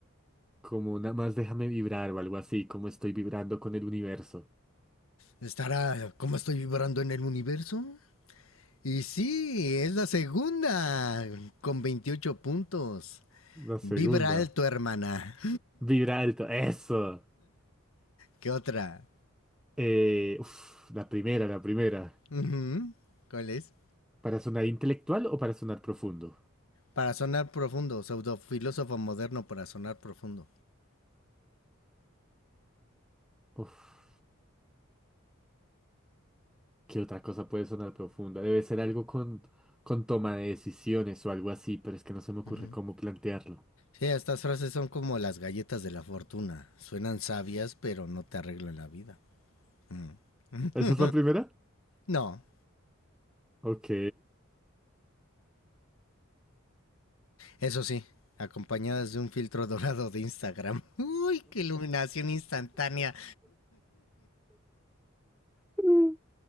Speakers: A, in the centre; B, on the left.
A: como nada más déjame vibrar o algo así, como estoy vibrando con el universo.
B: Estará, ¿cómo estoy vibrando en el universo? Y sí, es la segunda, con 28 puntos.
A: La segunda.
B: Vibra alto, hermana.
A: Vibra alto, eso.
B: ¿Qué otra?
A: Eh, uf, la primera, la primera.
B: Ujú. ¿Cuál es?
A: ¿Para sonar intelectual o para sonar profundo?
B: Para sonar profundo, pseudofilósofo moderno para sonar profundo.
A: Uf. ¿Qué otra cosa puede sonar profunda? Debe ser algo con, con toma de decisiones o algo así, pero es que no se me ocurre
B: Ujú.
A: cómo plantearlo.
B: Sí, estas frases son como las galletas de la fortuna. Suenan sabias, pero no te arreglan la vida. Mm. <laughs>
A: ¿Esa es la primera?
B: no,
A: Ok.
B: Eso sí, acompañadas de un filtro <laughs> dorado de Instagram. Uy, qué iluminación instantánea.
A: Mm.